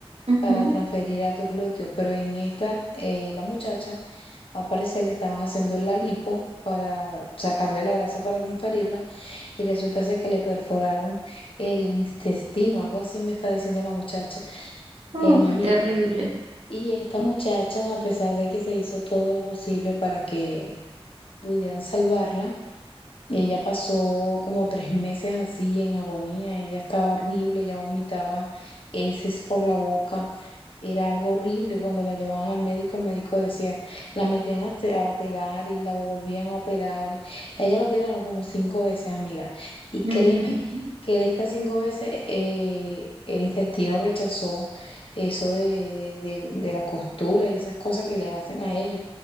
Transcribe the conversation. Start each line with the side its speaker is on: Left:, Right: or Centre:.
Right: Ujú,
Left: para transferir a tu glúteo, pero en esta, eh, la muchacha, al parecer le estaban haciendo la lipo para sacarle la grasa para transferirla y resulta ser que le perforaron el intestino, algo así me está diciendo la muchacha,
Right: Uf,
Left: eh, mi amiga.
Right: terrible.
Left: Y esta muchacha, a pesar de que se hizo todo lo posible para que pudieran salvarla, ella pasó como tres meses así en agonía, ella estaba horrible, ella vomitaba heces por la boca, era algo horrible. Cuando la llevaban al médico, el médico decía, la metían a, se- a operar y la volvían a operar. A Ella la operaron como cinco veces, amiga. Y
Right: Ujú,
Left: créeme
Right: ujú,
Left: que de estas cinco veces eh, el intestino rechazó eso de, de, de de la costura y esas cosas que le hacen a ellos.